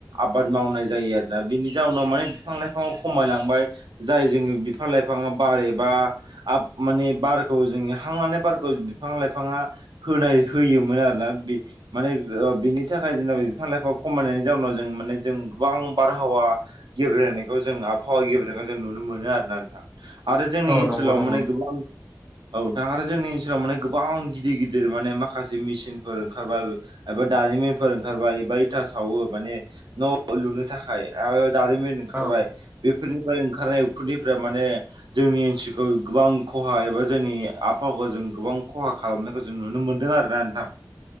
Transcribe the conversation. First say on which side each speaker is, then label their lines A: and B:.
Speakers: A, on the right (about 85°); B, on the right (about 25°).
A: आबाद मावनाय जायो आरोना बिनि जाउनाव माने बिफां लाइफां खमायलांबाय जाय जोङो बिफां लाइफाङा बार एबा माने बारखौ जोङो हां लानाय बारखौ बिफां लाइफाङा होनाय होयोमोन आरोना बे माने बिनि थाखाय जोंबा बिफां लाइफां खमायनायनि जाउनाव जों माने जों गोबां बारहावा गेब्रेंनायखौ जों आबहावा गेब्रेंनायखौ जों जों नुनो मोनो आरोना नोंथां आरो जोंनि ओनसोलाव
B: नंगौ नंगौ
A: माने गोबां औ दा आरो जोंनि ओनसोलाव माने गोबां गिदिर गिदिर माने माखासे मेसिनफोर ओंखारबाय एबा दारिमिनफोर ओंखारबाय एबा इथा सावो माने न' लुनो थाखाय आरो दारिमिन ओं- खारबाय
B: औ
A: बेफोरजों ओंखारनाय उखुन्दनिफ्राय माने जोंनि ओनसोलखौ गोबां खहा एबा जोंनि आबहावा जों गोबां खहा खालामनायखौ जों नुनो मोनदों आरोना नोंथां